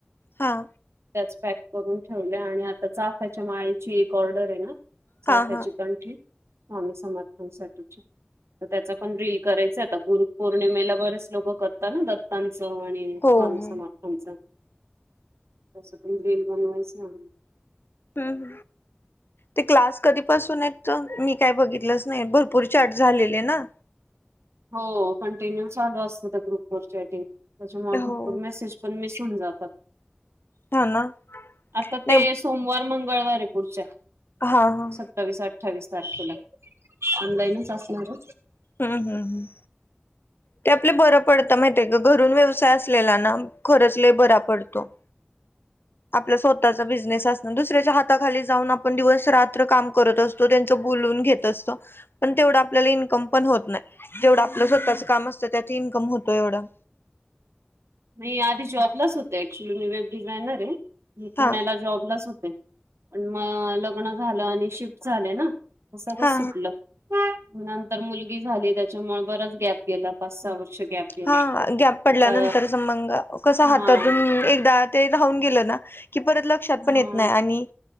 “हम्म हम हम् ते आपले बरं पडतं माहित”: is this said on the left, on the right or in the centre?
Left